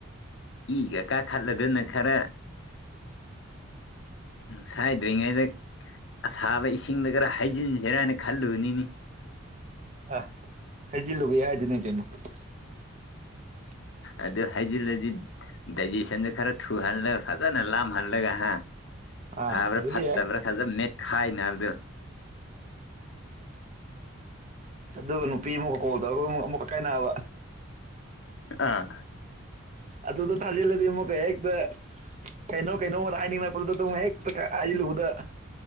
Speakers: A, on the left; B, on the right.
A: ꯏꯒꯥ ꯀꯥꯈꯠꯂꯥꯗꯅꯥ ꯈꯔꯥ ꯁꯥꯏꯗ꯭ꯔꯤꯉꯩ ꯑꯁꯥꯕ ꯏꯁꯤꯡꯗ ꯈꯔꯥ ꯍꯥꯏꯖꯤꯟꯁꯤꯔ ꯍꯥꯏꯅ ꯈꯜꯂꯨꯕꯅꯤ
B: ꯑꯥ ꯍꯩꯖꯤꯜꯂꯨꯒꯦ ꯍꯥꯏꯗꯅ ꯀꯩꯅꯣ <unintelligible>
A: ꯑꯗꯨ ꯍꯥꯏꯖꯤꯟꯂꯥꯖꯤ ꯗꯥꯏꯖꯦꯁꯟꯗꯨ ꯈꯔ ꯊꯨꯍꯜꯂꯒ ꯐꯖꯥꯅ ꯂꯥꯝ ꯍꯜꯂꯒꯥ ꯍꯥ
B: ꯑꯥ
A: ꯐꯥꯕ꯭ꯔ
B: ꯑꯗꯨꯁꯨ
A: ꯐꯠꯇꯕ꯭ꯔꯥ
B: ꯌꯥꯏ
A: ꯈꯖꯥ ꯃꯦꯠꯈꯥꯏꯅꯥꯕꯗꯨ
B: ꯑꯗꯨꯒ ꯅꯨꯄꯤ ꯑꯃꯨꯛꯀꯥ ꯀꯣꯜ ꯇꯧꯔꯒꯥ ꯑꯃꯨꯛꯀꯥ ꯀꯥꯏꯅꯥꯕ
A: ꯑꯥ
B: ꯑꯗꯨꯗꯣ ꯊꯥꯖꯤꯜꯂꯗꯤ ꯑꯃꯨꯛꯀꯥ ꯍꯦꯛꯇꯥ ꯀꯩꯩꯅꯣ ꯀꯩꯩꯅꯣ ꯍꯦꯛꯇꯥ ꯍꯥꯏꯖꯤꯟ ꯂꯨꯕꯥꯗꯥ